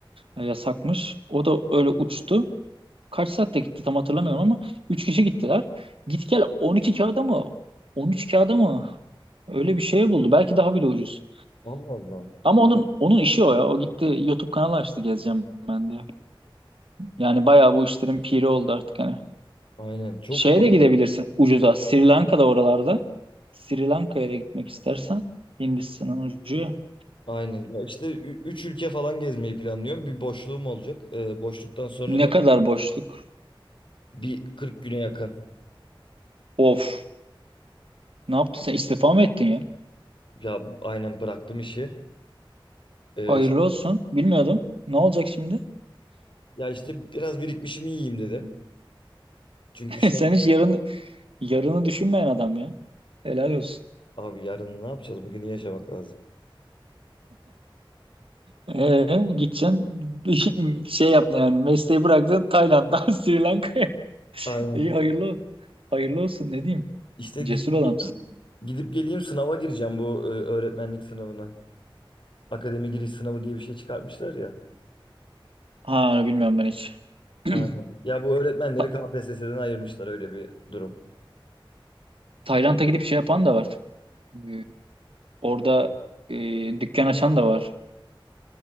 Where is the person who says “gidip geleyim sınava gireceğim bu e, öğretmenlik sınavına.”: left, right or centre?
Left